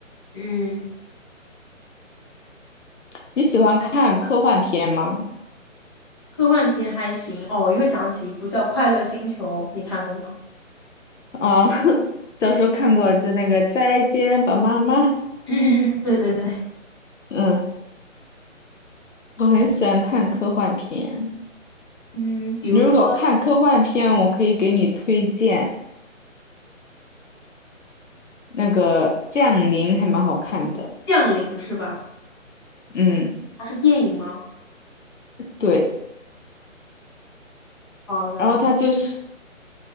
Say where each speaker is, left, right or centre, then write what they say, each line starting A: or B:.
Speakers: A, on the left; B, on the left.
A: 嗯，
B: 你喜欢看科幻片吗？
A: 科幻片还行。哦，我又想起一部叫《快乐星球》，你看过吗？
B: 哦，<laughs> 小时候看过，就那个《再见吧，妈妈》。
A: <laughs> 对对对，
B: 嗯，我很喜欢看科幻片。
A: 嗯，比如说
B: 你如果看科幻片，我可以给你推荐那个《降临》，还蛮好看的。
A: 《降临》是吧？
B: 嗯，
A: 它是电影吗？
B: 对。
A: 好的。
B: 然后它就是。